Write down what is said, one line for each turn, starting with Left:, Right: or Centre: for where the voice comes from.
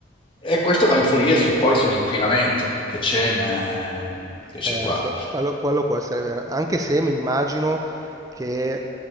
Left: E questo va a influire su- poi sull'inquinamento che c'è in, eh, che c'è
Right: Eh,
Left: qua.
Right: que- quello, quello può essere vero, anche se mi immagino che